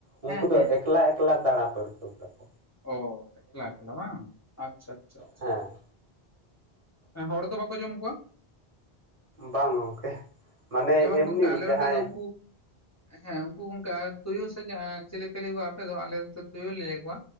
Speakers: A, on the right (about 40°); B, on the left (about 20°).
A: ᱩᱱᱠᱩ
B: ᱦᱮᱸ
A: ᱫᱚ
B: ᱦᱮᱸ
A: ᱮᱠᱞᱟ ᱮᱠᱞᱟ ᱫᱟᱬᱟ ᱯᱟᱹᱨᱠᱟᱹᱣ ᱛᱟᱠᱚ᱾
B: ᱚ ᱮᱠᱞᱟ ᱮᱠᱞᱟ ᱵᱟᱝ ᱟᱪᱪᱷᱟ ᱟᱪᱪᱷᱟ ᱟᱪᱪᱷᱟ᱾
A: ᱦᱮᱸ
B: ᱦᱮᱸ ᱦᱚᱲ ᱫᱚ ᱵᱟᱠᱚ ᱡᱚᱢ ᱠᱚᱣᱟ?
A: ᱵᱟᱝ ᱜᱚᱝᱠᱮ ᱢᱟᱱᱮ
B: ᱡᱮᱢᱚᱱ
A: ᱮᱢᱱᱤ
B: ᱜᱚᱝᱠᱮ ᱟᱞᱮ
A: ᱡᱟᱦᱟᱸᱭ
B: ᱱᱚᱛᱮ ᱫᱚ ᱩᱱᱠᱩ ᱦᱮᱸ ᱩᱱᱠᱩ ᱜᱚᱝᱠᱮ ᱟᱨ ᱛᱩᱭᱩ ᱥᱮ ᱪᱮ ᱮᱸ ᱪᱤᱞᱤᱯᱮ ᱞᱟᱹᱭ ᱠᱚᱭᱟ ᱟᱯᱮ ᱫᱚ? ᱟᱞᱮ ᱱᱚᱛᱮ ᱛᱩᱭᱩ ᱞᱮ ᱞᱟᱹᱭ ᱠᱚᱣᱟ᱾